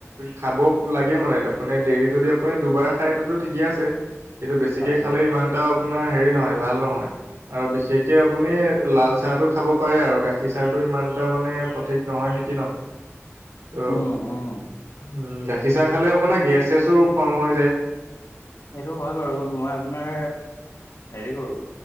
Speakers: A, on the right; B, on the left.
A: খাব লাগে মানে আপুনি ডেইলী যদি আপুনি দুবাৰ খায় এটোতো ঠিকেই আছে। কিন্তু বেছিকে
B: হয়
A: খালে
B: হয়
A: ইমানটা আপোনাৰ হেৰি নহয় ভাল নহয় আৰু বিশেষকে আপুনি লাল চাহটো খাব পাৰে আৰু গাখীৰ চাহটো ইমানটা মানে সঠিক নহয় নেকি ন? অ
B: উম উম
A: উ গাখী চাহ খালে আপোনাৰ গেছ চেছো ফৰ্ম
B: উম
A: হৈ যায়।
B: সেইটো হয় বাৰু মই আপোনাৰ হেৰি কৰো